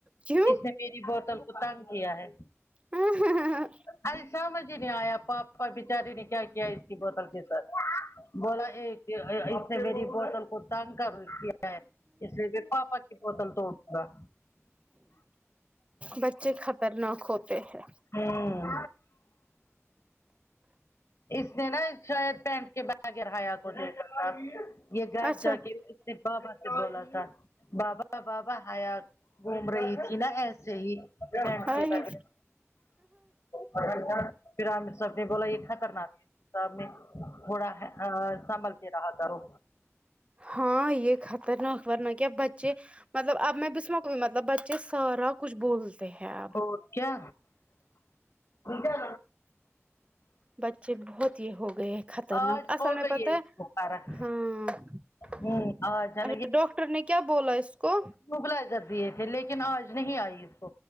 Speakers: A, on the right; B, on the left.
A: کیوں
B: اس نے میری بوتل کو تنگ کیا ہے
A: ہاں ہاں ہاں ہاں
B: ارے سمجھ ہی نہیں آیا پاپا بچاری نے کیا کیا اس کی بوتل کے ساتھ بولا ایک اس نے میری بوتل کو تانگ کا رکھ کیا ہے اس لیے پاپا کی بوتل توڑ دونگا
A: بچے خطرناک ہوتے ہیں
B: ہوں اس نے نا شید پینٹ کے بعد حایا کو دیتا تھا یہ گھر
A: اچھا
B: جا کے نے بابا سے بولا تھا بابا بابا ہایا گھوم رہی تھی نا ایسے ہی پینٹ
A: ہائی
B: کے بغیر پھر ہم سب نے بولا یہ خطرناک ہے سامنے میں تھوڑا ا سنبلکے رہا کرو
A: ہاں یہ خطرناک ورنہ کیا بچے مطلب اب میں بھیسم کو مطلب بچے سارا کچھ بولتے ہیں اب
B: اور کیا کیا
A: بچے بہت یہ ہو گئے خطرناک
B: آج
A: اصل
B: ہو
A: میں
B: گئی
A: پتہ
B: ہے اس کو فرق
A: ہاںچا
B: ہوں آج ہے
A: ڈاکٹر نے کیا بولا اس کو
B: وبلائزر دیے تھے لیکن آج نہیں آئی اس کو